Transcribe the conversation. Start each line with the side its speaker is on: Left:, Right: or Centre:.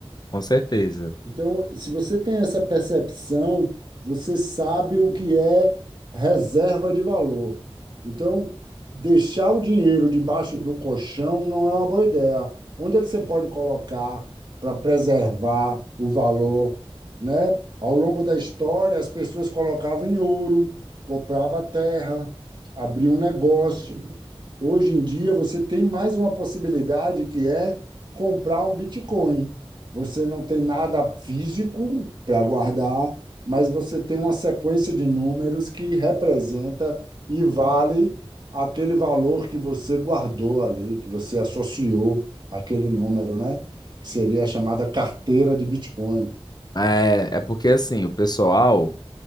Left: com certeza.
Right: Então, se você tem essa percepção, você sabe o que é reserva de valor. Então, deixar o dinheiro debaixo do colchão não é uma boa ideia. Onde é que você pode colocar para preservar o valor, né? Ao longo da história, as pessoas colocavam em ouro, compravam terra, abriam um negócio. Hoje em dia, você tem mais uma possibilidade que é comprar um Bitcoin. Você não tem nada físico para guardar, mas você tem uma sequência de números que representa e vale aquele valor que você guardou ali, que você associou aquele número, né? Que seria a chamada carteira de Bitcoin.
Left: É, é porque assim, o pessoal